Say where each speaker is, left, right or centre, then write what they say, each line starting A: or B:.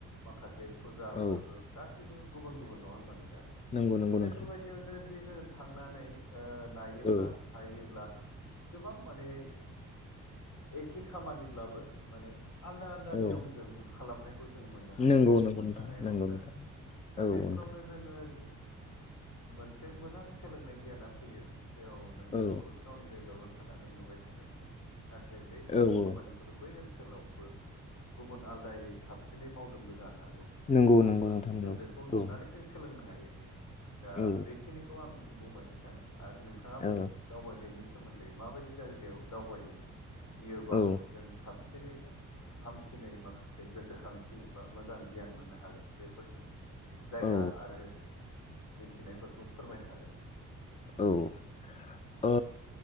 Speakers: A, on the left (about 60°); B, on the left (about 20°).
A: माखासे फुजा
B: औ
A: फोरबो गासैबो गुबुन गुबुन नङा होनबानो जों
B: नंगौ नंगौ
A: दा बेफोरबायदियाव
B: नोंथां
A: जों जोङो थांनानै नायोब्ला
B: औ
A: थायोब्ला गोबां माने एखे खामानिब्लाबो माने आलदा आलदा
B: औ
A: नियमजों खालामनायखौ जों मोननो हायो
B: नंगौ
A: आरो
B: नंगौ
A: मोसानाय
B: नोंथां नंगौ
A: रं दा
B: नोंथां औ
A: बेफोरावनो
B: नोंथां
A: जोङो जि मोनसे मोजां सोलोंनाय गियाना फैयो जेराव नोङो
B: औ
A: खुद गावनि जायगायावल' थानानै नुबाय थादोंमोन नाथाय बे
B: औ
A: एखे खामानिखौनो बै ओनोल ओन सोलावबो गुबुन आलादायै साबसिनै मावदोंबो जानो हागौ
B: नंगौ
A: नङा
B: नंगौ
A: होमबा
B: नोंथां नंगौ
A: जों बेखौ
B: औ
A: नुनानै जों सोलोंनो हायो आरो दा
B: औ
A: बेखिनिखौ आं बुंबाय नोंथां आरो नोंथाङाबो
B: औ
A: दावबायनायनि सोमोन्दै माबायदि जायगायाव दावबायोयोबा
B: औ
A: जों साब हाबसिनै हामसिनै माखासे गोसोखांथि बा मोजां गियान मोननो हागोन बेफोरनि जायगा
B: औ
A: आरो मिथिनायफोरखौ फोरमायनो हागोन?
B: औ